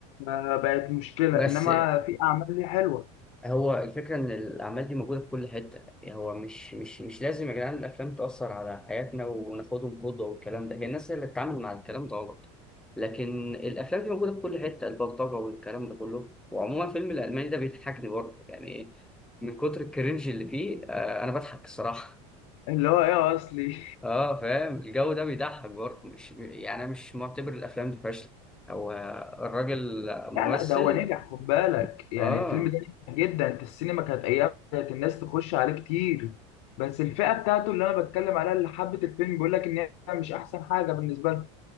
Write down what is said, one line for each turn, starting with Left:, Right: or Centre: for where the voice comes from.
Left: فبقت مشكلة
Centre: بس
Left: إنما في أعمال ليه حلوة
Centre: هو الفكرة إن الأعمال دي موجودة في كل حتة يعني هو مش مش مش لازم يا جدعان الأفلام تأثر على حياتنا وناخدهم قدوة والكلام ده هي الناس هي اللي بتتعامل مع الكلام ده غلط لكن الأفلام دي موجودة في كل حتة البلطجة والكلام ده كله وعموما فيلم الألماني ده بيضحكني برضه يعني من كتر الكرنج اللي فيه آه أنا بضحك الصراحة
Left: اللي هو إيه أصلي
Centre: <laughs> أه فاهم الجو ده بيضحك برضه مش يعني أنا مش معتبر الأفلام دي فاشلة هو الراجل
Left: <laughs>
Centre: ممثل
Left: لا لا ده هو نجح خد بالك يعني
Centre: أه
Left: الفيلم ده نجح جدا أنت السينما كانت أيام كانت الناس تخش عليه كتير بس الفئة بتاعته اللي أنا بتكلم عليها اللي حبت الفيلم بيقول لك إن هي مش أحسن حاجة بالنسبة لهم